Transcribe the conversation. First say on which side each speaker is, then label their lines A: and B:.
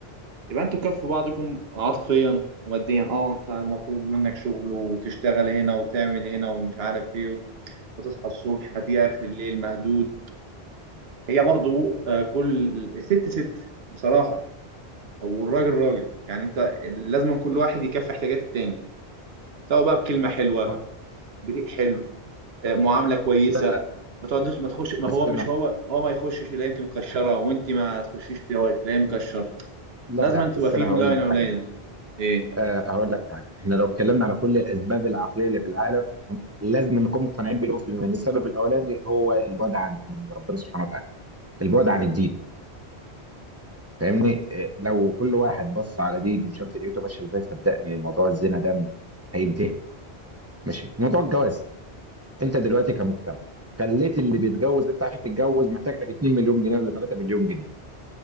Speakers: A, on the right (about 65°); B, on the right (about 15°).
A: يبقى انتوا كف بعضكم عاطفيا وماديا اه انت مطلوب منك شغل وتشتغل هنا وتعمل هنا ومش عارف ايه وتصحى الصبح هتيجي اخر الليل مهدود هي برضو آه، كل الست ست بصراحة والراجل راجل يعني انت لازم كل واحد يكفي احتياجات التاني سواء بقى بكلمة حلوة
B: و-
A: بريق حلو آه، معاملة كويسة
B: لا لا
A: ما تقعدش ما تخش ما
B: بس
A: هو
B: انا
A: مش هو هو ما يخشش يلاقيك مكشرة وانت ما تخشيش تلاقيه مكشر
B: لا
A: لازم
B: لا
A: تبقى
B: بس
A: فيه
B: انا
A: لاينة
B: هقول لك حاجه
A: ولاينة
B: برضه
A: ايه
B: آه هقول لك حاجه احنا لو اتكلمنا على كل الاسباب العقليه اللي في العالم لازم نكون مقتنعين بالاول في المعنى. السبب الاولاني هو البعد عن ربنا سبحانه وتعالى البعد عن الدين فاهمني إيه، لو كل واحد بص على دينه وشاف دنيته ماشيه ازاي صدقني موضوع الزنا ده م- هينتهي ماشي موضوع الجواز انت دلوقتي كمجتمع خليت اللي بيتجوز انت عشان تتجوز محتاج لك 2 مليون جنيه ولا 3 مليون جنيه